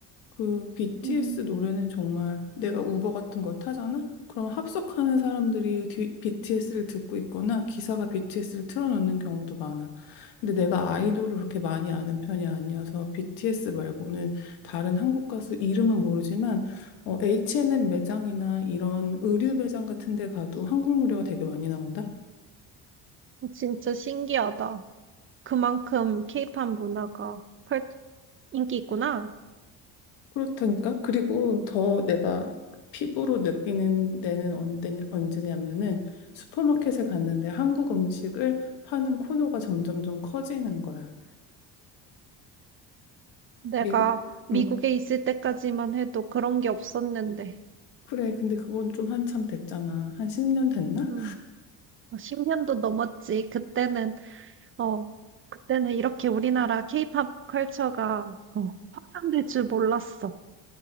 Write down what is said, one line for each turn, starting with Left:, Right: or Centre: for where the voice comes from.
Left: 그 BTS
Right: 음,
Left: 노래는 정말 내가 우버 같은 걸 타잖아? 그럼 합석하는 사람들이 BTS를 듣고 있거나 기사가 BTS를 틀어놓는 경우도 많아. 근데 내가 아이돌을 그렇게 많이 아는 편이 아니어서 BTS 말고는 다른 한국 가수 이름은 모르지만 어, H&M 매장이나 이런 의류 매장 같은 데 가도 한국 노래가 되게 많이 나온다.
Right: 진짜 신기하다. 그만큼 케이팝 문화가 펄- 인기 있구나.
Left: 그렇다니까. 그리고 더 내가 피부로 느끼는 데는 언제, 언제냐면은 슈퍼마켓에 갔는데 한국 음식을 파는 코너가 점점 좀 커지는 거야.
Right: 내가
Left: 미국,
Right: 미국에
Left: 응,
Right: 있을 때까지만 해도 그런 게 없었는데.
Left: 그래. 근데 그건 좀 한참 됐잖아. 한 10년 됐나?
Right: 음. 어, 10년도 넘었지. 그때는, 어, 그때는 이렇게 우리나라 케이팝 컬처가 어, 확산될 줄 몰랐어.